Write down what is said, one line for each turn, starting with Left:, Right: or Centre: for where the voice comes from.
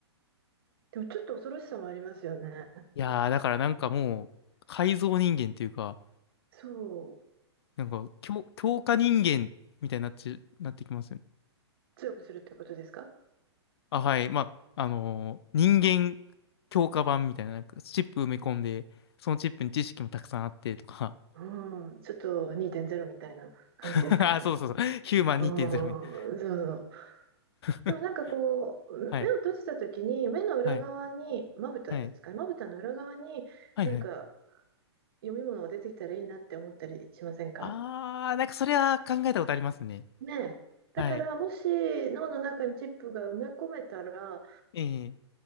Right: でもちょっと恐ろしさもありますよね。
Left: いやー、だからなんかもう、改造人間っていうか、
Right: そう。
Left: なんか強、強化人間みたいになって、なってきますよね。
Right: 強くするってことですか
Left: あ、はい。まあ、あのー人間強化版みたいな、なんかチップ埋め込んで、そのチップに知識もたくさんあってとか。
Right: うん。ちょっと2.0みたいな感じですかね。
Left: <laughs> あ、そうそうそう。ヒューマン2.0みたい
Right: うん。そうそう。
Left: な。
Right: でもなんかこう、
Left: <laughs> はい。
Right: 目を閉じたときに、目の裏側に、
Left: はい。
Right: まぶたですかね。
Left: はい。
Right: まぶたの裏側に、
Left: はいはい。
Right: なんか読み物が出てきたらいいなって思ったりしませんか
Left: あー、なんかそれは考えたことありますね。
Right: ねえ。だからもし脳の中にチップが埋め込めたら、
Left: はい。ええ。い